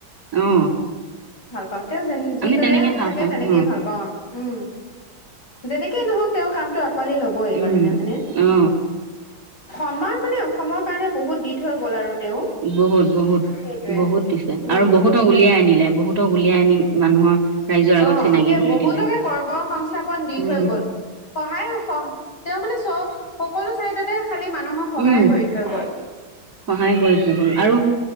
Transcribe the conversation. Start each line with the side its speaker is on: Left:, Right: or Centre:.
Right: অ
Left: তাকে যেন যিদৰে
Right: আমি তেনেকে ভাল
Left: থাকে
Right: পাওঁ
Left: তেনেকেই
Right: অ
Left: ভাল পাওঁ আৰু। উম, যেনেকেই নহওক তেওঁৰ কামটো আ <unintelligible> ল'বই মানুহে
Right: উম
Left: হয়নে,
Right: অ
Left: আমাৰ মানে অসমৰ কাৰণে বহুত থৈ গ'ল আৰু তেওঁ
Right: বহুত বহুত,
Left: সেইটোৱে।
Right: বহুত দিছে
Left: উম
Right: আৰু বহুতক উলিয়াই আনিলে। বহুতক উলিয়াই আনি মানুহৰ ৰাইজৰ আগত
Left: অ',
Right: চিনাকি
Left: একে
Right: কৰি
Left: বহুতকে
Right: দিলে
Left: কৰ্ম সংস্থাপন দি
Right: উম
Left: থৈ গল। সহায় স তেওঁ মানে চ সকলো চাইডতে খালি মানুহক সহায়ে
Right: উম
Left: কৰি থৈ গ'ল।
Right: সহায় কৰি থৈ গ'ল আৰু